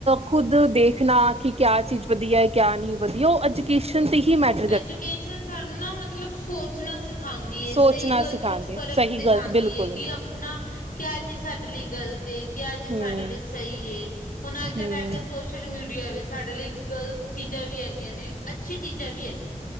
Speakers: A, on the right; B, on the left.
A: ਖੁਦ ਦੇਖਣਾ ਕਿ ਕਿਆ ਚੀਜ਼ ਵਧੀਆ ਹੈ ਕਿਆ ਨਹੀਂ ਵਧੀਆ ਉਹ ਅੱਜਕੇ ਹੀ ਮੈਡੀ।
B: ਐਜੂਕੇਸ਼ਨ ਸਾਨੂੰ ਨਾ ਮਤਲਬ ਸੋਚਣਾ ਸਿਖਾਉਂਦੀ ਏ
A: ਸੋਚਣਾ
B: ਸਹੀ ਗਲਤ
A: ਸਿਖਾਂਦੇ
B: ਵਿੱਚ ਫ਼ਰਕ
A: ਸਹੀ
B: ਦਿਖਾਉਂਦੀ
A: ਗ਼ਲਤ ਬਿਲਕੁਲ
B: ਹੈ ਕਿ ਆਪਣਾ ਕਿਆ ਚੀਜ਼ ਸਾਡੇ ਲਈ ਗਲਤ ਹੈ। ਕਿਹਾ ਚੀਜ਼
A: ਹਮ
B: ਸਾਡੇ ਲਈ ਸਹੀ ਏ ਹੁਣ ਅੱਜ ਦੇ
A: ਹਮ
B: ਟਾਈਮ ਦੇ ਸੋਸ਼ਲ ਮੀਡੀਆ ਵਿੱਚ ਸਾਡੇ ਲਈ ਗਲਤ ਚੀਜ਼ਾਂ ਵੀ ਹੈਗੀਆਂ ਨੇ ਅੱਛੀ ਚੀਜ਼ਾਂ ਵੀ ਹੈਗੀਆਂ।